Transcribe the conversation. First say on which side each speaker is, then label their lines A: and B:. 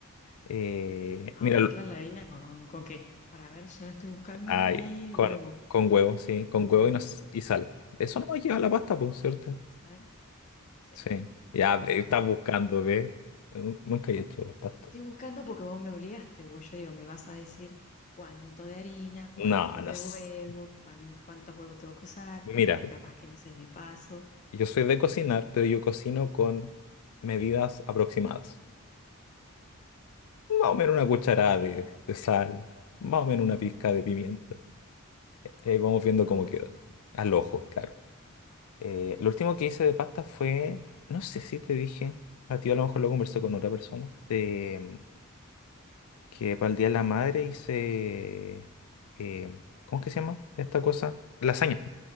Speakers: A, on the left; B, on the left.
A: Eh,
B: Ah,
A: mira,
B: mezclar la harina con, con qué. Para ver, ya la estoy buscando
A: Ay,
B: y
A: con,
B: huevo.
A: con huevo, sí,
B: Harina,
A: con huevo
B: huevo.
A: y, nos, y sal. Eso no lleva la pasta, por cierto.
B: sal. Tiempo. Sí.
A: Sí. Ya, ve, estás buscando,
B: Vale.
A: ¿ves? Nu- Nunca he hecho pasta.
B: Estoy buscando porque vos me obligaste, vos yo digo, me vas a decir cuánto de harina, cuánto
A: No, no.
B: de
A: s-
B: huevo, cuán- cuántos huevos tengo que usar,
A: Mira,
B: ponerle capas que no sé, me paso,
A: yo soy de cocinar, pero yo cocino con medidas aproximadas. Más o menos una cucharada
B: o sea,
A: de, de sal, más o menos
B: Mm,
A: una pizca de pimienta. Ahí vamos viendo
B: a
A: cómo
B: ojo.
A: queda. Al ojo, claro. Eh, lo último que hice de pasta fue, no sé si te dije, a ti a lo mejor lo conversé con otra persona. em, que para el Día de la Madre hice, eh, ¿cómo es que se llama esta cosa? Lasaña,